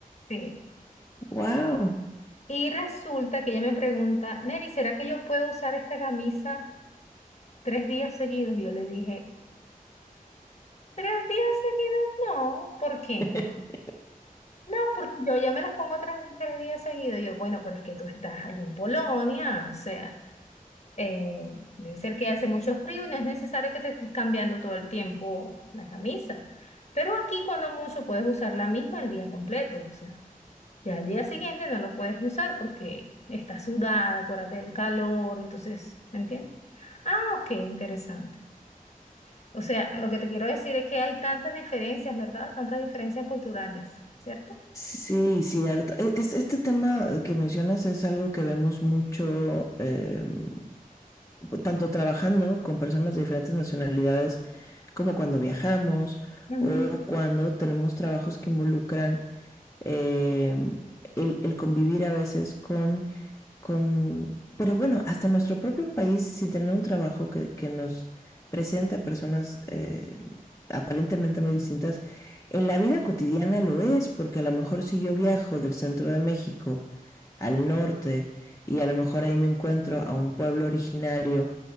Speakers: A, on the left; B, on the left.
A: Sí.
B: ¡Wow!
A: Y resulta que ella me pregunta, Neri, ¿será que yo puedo usar esta camisa tres días seguidos? Yo le dije, ¿tres días seguidos? No. ¿Por qué?
B: <laughs>
A: No, porque yo ya me las pongo tres, tres días seguidos. Yo, bueno, pero es que tú estás allí en Polonia, o sea. Eh, debe ser que hace mucho frío y no es necesario que te estés cambiando todo el tiempo la camisa. Pero aquí cuando mucho puedes usar la misma el día completo. O sea, ya al día siguiente no lo puedes usar porque está sudada, acuérdate del calor, entonces, ¿me entiendes? Ah, ok, interesante. O sea, lo que te quiero decir es que hay tantas diferencias, ¿verdad? Tantas diferencias culturales, ¿cierto?
B: Sí, cierto. E- es- Este, tema que mencionas es algo que vemos mucho, em, tanto trabajando con personas de diferentes nacionalidades como cuando viajamos
A: Ujú,
B: o cuando tenemos trabajos que involucran eh, el, el, convivir a veces con, con, pero bueno, hasta en nuestro propio país, sin tener un trabajo que, que nos presenta personas eh, aparentemente muy distintas. En la vida cotidiana lo es, porque a lo mejor si yo viajo del centro de México al norte y a lo mejor ahí me encuentro a un pueblo originario